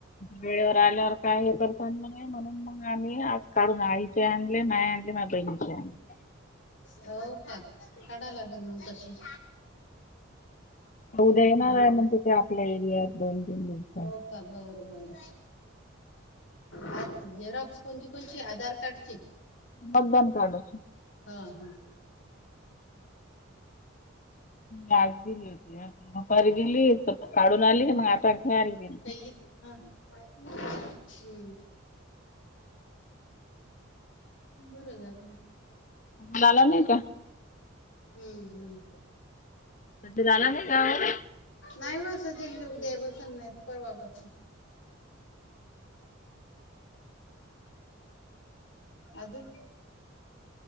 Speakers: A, on the left; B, on the left.
A: वेळेवर आल्यावर काय हे कर नाही म्हण. मग आ आज काढून आईचे आणले माय आणले, माझ बहिणीचे आणले.
B: हो का? काढा लागेल मग तशे
A: उद्या येणार म्हणते ते, आपल्या एरियात दोन तीन दिवसात
B: हो का बरोबर आ झेरॉक्स कोणची कोणची आधार कार्डची.
A: मतदान कार्डाची
B: ह हा.
A: लाईट गेली होती. दुपारी गेली तर काढून आली, मग आता खेळायला गेली.
B: पहिली हा हम्म. बरं झालं
A: झाला नाही का?
B: हम्म. हम्म.
A: दीर आला नाही गावाला
B: नाही व सहज आले उद्या बसलं नाही तर परवा बसल. अजून